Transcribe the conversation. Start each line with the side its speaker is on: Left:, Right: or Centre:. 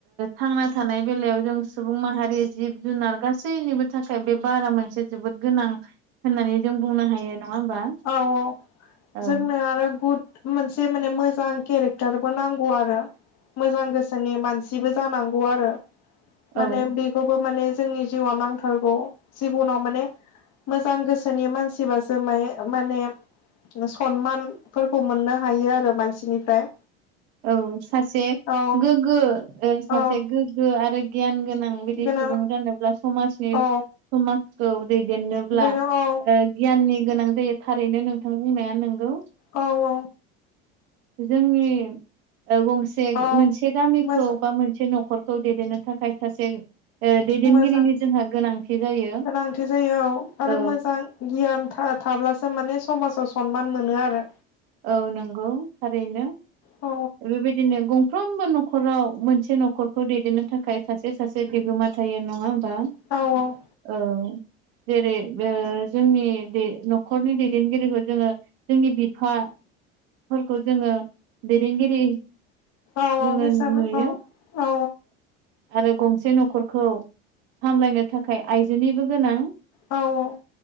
Right: थांना थानाय बेलायाव जों सुबुं माहारि जिब जुनार गासैनिबो थाखाय बे बारा मोनसे जोबोद गोनां। होननानै जों बुंनो हायो नङा होमबा।
Left: औ औ
Right: औ
Left: जोंनो आरो गुद मोनसे माने मोजां केरेक फटारबो नांगौ आरो मोजां गोसोनि मानसिबो जानांगौ आरो।
Right: औ
Left: माने बेखौबो माने जोंनि जिउआव नांथारगौ जिबनाव माने। मोजां गोसोनि मानसिबासो माइ माने सनमानफोरखौ मोननो हायो आरो मानसिनिफ्राय
Right: औ सासे
Left: औ
Right: गोग्गो
Left: औ
Right: सासे गोग्गो आरो गियान गोनां बिदि
Left: गोनो
Right: सुबुं जानोब्ला समाजनि
Left: औ
Right: समाजखौ दैदेननोब्ला।
Left: बिदिनो औ
Right: गियाननि गोनां जायो थारैनो नोंथां बुंनाया नोंगौ।
Left: औ औ
Right: जोंनि गंसे
Left: औ
Right: मोनसे गामिखौ
Left: मोजां
Right: बा मोनसे न'खर खौ दैदेननो थाखाय सासे दैदेनगिरिनि
Left: मोजां
Right: जोंहा गोनांथि जायो
Left: गोनांथि जायो औ आरो
Right: औ
Left: मोजां गियान थाब्लासो माने समाजाव सनमान मोनो आरो।
Right: औ नंगौ थारैनो
Left: औ
Right: बेबायदिनो गंफ्रामबोख न'खराव मोनसे न'खरखौ दैदेननो थाखाय सासे सासे बिगोमा थायो नङा होमबा।
Left: औ औ।
Right: औ। जेरै जोंनि न'खरनि दैदेनगिरिखौ जोङो जोंनि। फोरखौ जोङो दैदेनगिरि
Left: औ औ
Right: जोङो
Left: हिसाबै
Right: नुयो।
Left: औ औ
Right: आरो गंसे न'खरखौ सामलायनो थाखाय आइजोनिबो गोनां।
Left: औ औ।